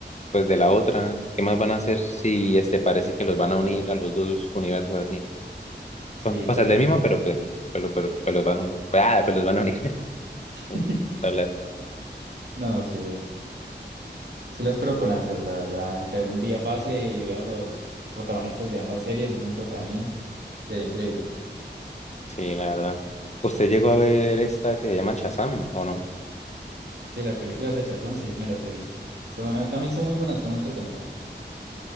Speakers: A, on the left; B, on the right.
A: pues de la otra, ¿qué más van a hacer si este parece que los van a unir a los dos universos así?
B: Sí,
A: O o
B: claro.
A: sea, el del mismo, pero pues, pero- pero- pero pues los van, a un- ah, pues los van a unir.
B: <laughs>
A: <laughs> hablar
B: No, sí. Sí la espero con ansias, la verdad. Que algún día pase y viera a los protagonistas de ambas series juntos ahí. Sería increíble.
A: Sí, la verdad. ¿Usted llegó a ver esta que se llama Shazam o no?
B: Sí, las películas de Shazam sí me las he visto. Son, eh, también son muy buenas, son entretenidas.